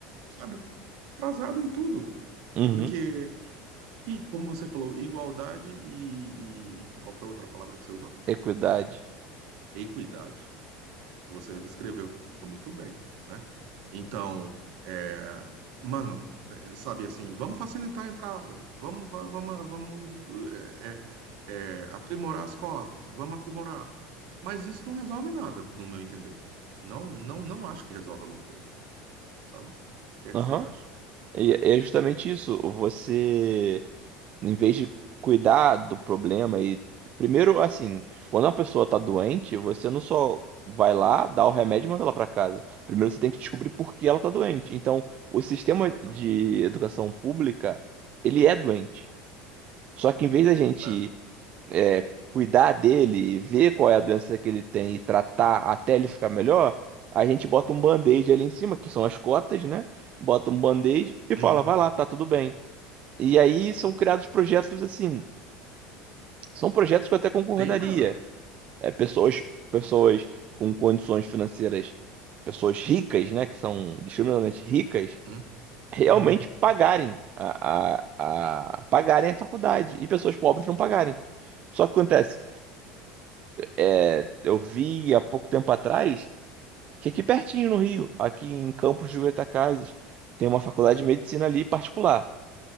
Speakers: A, on the right (about 65°); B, on the right (about 45°).
A: sabe, atrasado em tudo.
B: Uhum.
A: Porque, e como você falou, igualdade e, e qual foi a outra palavra que você usou?
B: Equidade.
A: Equidade. Você descreveu muito bem, né? Então, é, mano, é, sabe assim, vamos facilitar a entrada, vamos, va- vamos, vamos é, é, é, aprimorar as cotas, vamos aprimorar. Mas isso não resolve nada, no meu entender. Não, não, não acho que resolve alguma coisa, sabe? O que é
B: Aham.
A: que você acha?
B: E e é justamente isso. Você Em vez de cuidar do problema e. Primeiro, assim, quando uma pessoa tá doente, você não só vai lá, dá o remédio e manda ela pra casa. Primeiro você tem que descobrir por que ela tá doente. Então, o sistema
A: Exatamente.
B: de educação pública, ele é doente. Só que em vez da gente
A: É.
B: é, cuidar dele e ver qual é a doença que ele tem e tratar até ele ficar melhor, a gente bota um band-aid ali em cima, que são as cotas, né? Bota um band-aid e
A: Uhum.
B: fala, vai lá, tá tudo bem. E aí são criados projetos assim são projetos que eu até concordaria.
A: Tem uma.
B: É, pessoas, pessoas com condições financeiras, pessoas ricas, né, que são discriminadamente ricas,
A: Uhum.
B: realmente
A: Uhum.
B: pagarem a, a, a- pagarem a faculdade e pessoas pobres não pagarem. Só que acontece, é, eu vi há pouco tempo atrás que aqui pertinho no Rio, aqui em Campos de Goytacazes, tem uma faculdade de medicina ali particular.